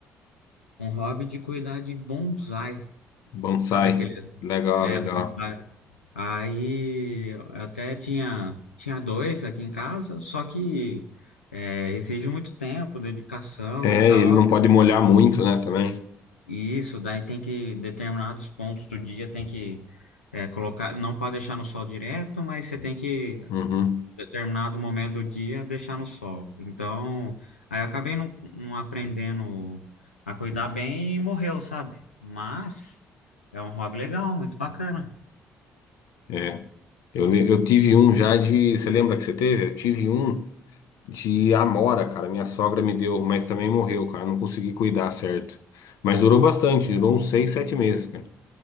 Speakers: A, on the left; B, on the left.
A: um hobby de cuidar de bonsai,
B: Bonsai.
A: sabe aquele?
B: Legal,
A: É,
B: legal.
A: bonsai. Aí eu até tinha, tinha dois aqui em casa, só que é, exige muito tempo, dedicação
B: É,
A: e tal.
B: ele não pode molhar muito, né, também.
A: E isso, daí tem que, determinados pontos do dia tem que é, colocar, não pode deixar no sol direto, mas você tem que,
B: Uhum.
A: determinado momento do dia, deixar no sol. Então, aí eu acabei não, não aprendendo a cuidar bem e morreu, sabe? Mas é um hobby legal, muito bacana.
B: É. Eu, le- eu tive um já de. Você lembra que você teve? Eu tive um de amora, cara. Minha sogra me deu, mas também morreu, cara. Não consegui cuidar certo. Mas durou bastante, durou uns seis, sete meses, cara.